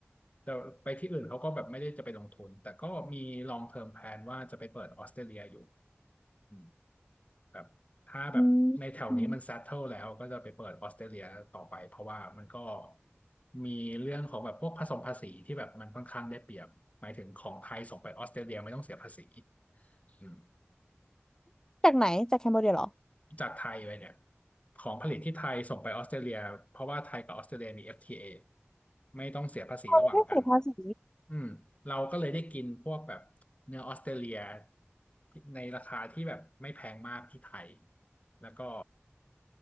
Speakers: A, on the left; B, on the left.
A: แต่ไปที่อื่นเขาก็แบบไม่ได้จะไปลงทุนแต่ก็มี long term plan ว่าจะไปเปิดออสเตรเลียอยู่อืมแบบถ้าแบบในแถวนี้มัน
B: อืมอืม
A: settle แล้วก็จะไปเปิดออสเตรเลียต่อไปเพราะว่ามันก็มีเรื่องของแบบพวกผสมภาษีที่แบบมันค่อนข้างได้เปรียบหมายถึงของไทยส่งไปออสเตรเลียไม่ต้องเสียภาษีอืม
B: จากไหนจากแคมโบเดียเหรอ
A: จากไทยไปเนี่ยของผลิตที่ไทยส่งไปออสเตรเลียเพราะว่าไทยกับออสเตรเลียมี FTA ไม่ต้องเสียภาษีระหว่างกัน
B: เราไม่ได้เสียภาษี
A: อืมเราก็เลยได้กินพวกแบบเนื้อออสเตรเลียที่ในราคาที่แบบไม่แพงมากที่ไทยแล้วก็